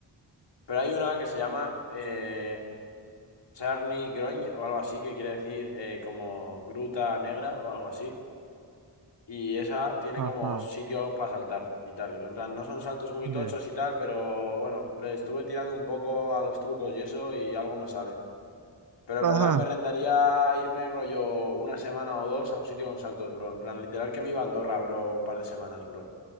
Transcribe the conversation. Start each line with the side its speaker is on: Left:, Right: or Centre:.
Left: Pero hay una que se llama eh, Charny Groñ o algo así, que quiere decir eh, como gruta negra o algo así. Y esa tiene
Right: Ajá,
Left: como sitio para saltar y tal. En plan, no son saltos muy
Right: bien.
Left: tochos y tal, pero bueno, le estuve tirando un poco a los trucos y eso y algo me sale. Pero
Right: Ajá,
Left: en verdad me rentaría irme rollo una semana o dos a un sitio con saltos, bro. En plan, literal que me iba a Andorra, bro, un par de semanas, bro.